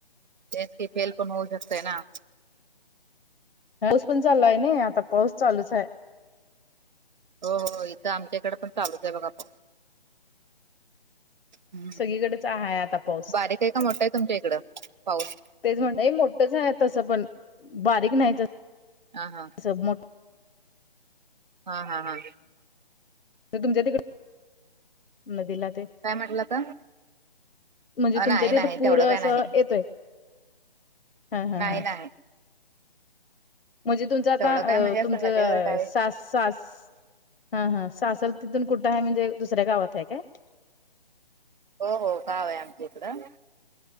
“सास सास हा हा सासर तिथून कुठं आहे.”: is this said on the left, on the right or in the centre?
Left